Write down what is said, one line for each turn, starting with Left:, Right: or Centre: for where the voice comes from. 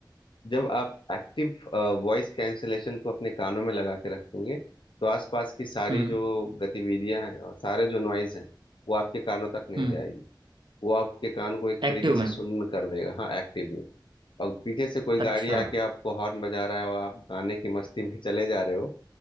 Left: जब आप एक्टिव वॉइस कैंसलेशन को अपने कानों में लगा के रखेंगे तो आसपास की सारी
Right: हम्म
Left: जो गतिविधियां हैं और सारे जो नॉइज हैं वो आपके कानों तक नहीं
Right: हम्म
Left: जाएगी वो आपके कान को एक तरीके
Right: एक्टिव
Left: से
Right: में
Left: सुन्न कर देगा हाँ एक्टिव में और पीछे से कोई
Right: अच्छा
Left: गाड़ी आके आपको हॉर्न बजा रहा है और आप गाने की मस्ती में चले जा रहे हो